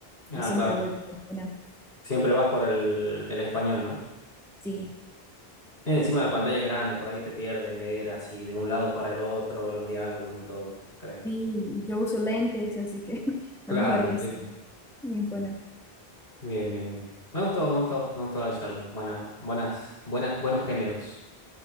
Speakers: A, on the left; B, in the centre.
A: Ah,
B: y siempre
A: claro.
B: voy por español.
A: Siempre vas por el, el español, ¿no?
B: Sí,
A: Eh, Encima la pantalla es grande, por ahí te pierdes leer así de un lado para el otro, los diálogos y todo, creo.
B: sí, yo uso lentes, así que <laughs>
A: Claro,
B: lo mejor que
A: sí.
B: sí, en español.
A: Bien, bien, bien. Me gustó, me gustó, me gustó la charla. Buena, buenas, buenas, buenos géneros.